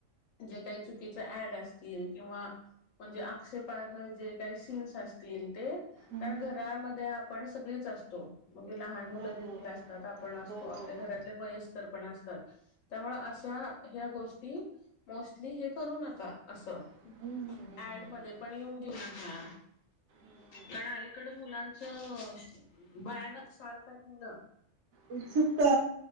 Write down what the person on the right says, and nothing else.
हम्म,
हम्म.
हो हो
हो हो
हो
हम्म हम्म हम्म
हम्म
हम्म.
उत्सुकता